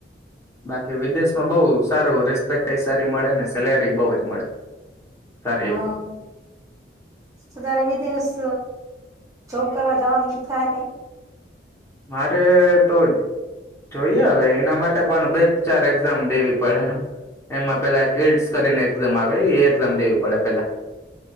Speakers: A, on the left (about 15°); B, on the right (about 15°).
A: બાકી વિદેશમાં બહુ સારું રિસ્પેક્ટ એ સારી મળે ને સેલેરી બહુ જ મળે સારી
B: હા
A: એવી
B: તો તારે વિદેશ જોપ કરવા જવાની ઈચ્છા કઈ
A: મારે તો જોઈએ હવે એના માટે પણ બે ચાર એક્ઝામ દેવી પડે એમાં પેલા કેસ કરીને એક્ઝામ આવે એ એક્ઝામ દેવી પડે પેલા